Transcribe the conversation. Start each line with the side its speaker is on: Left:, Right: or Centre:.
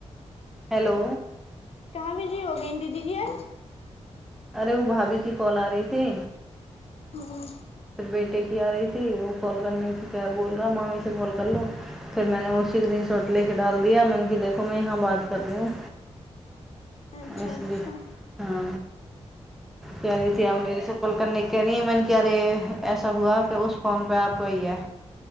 Centre: हेलो
Left: कहाँ बिजी हो गी दीदी जी य
Centre: अरे ओ भाभी की कल आ रही थी
Left: आप
Centre: बेटे की आ रही ती ओ कॉल करने की क बोल रहा मामी से कॉल कर लो फर मैने ओ स ग्रीन शॉर्ट लेके डाल दिया मैने किहा देखो मैं यहाँ बात कर रही हू
Left: अच्छा
Centre: इसलिये
Left: अच्छा
Centre: हँ कह रही थी आब मेर से कॉल करने क री है मैने क अरे ऐसा हुआ कि उस फोन पे आपकइयए